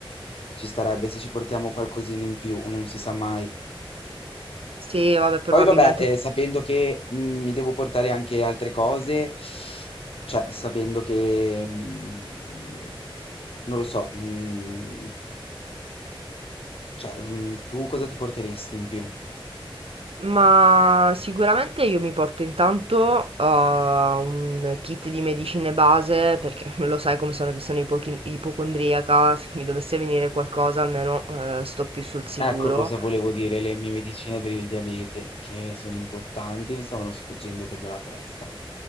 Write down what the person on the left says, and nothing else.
ci starebbe se ci portiamo qualcosina in più, non si sa mai.
Poi vabbè, eh, sapendo che mm, mi devo portare anche altre cose, cioè sapendo che, mm, non lo so, mm, cioè, mm, tu cosa ti porteresti in più?
Ecco cosa volevo dire, le mie medicine per il diabete, che sono importanti, mi stavano sfuggendo per dalla testa.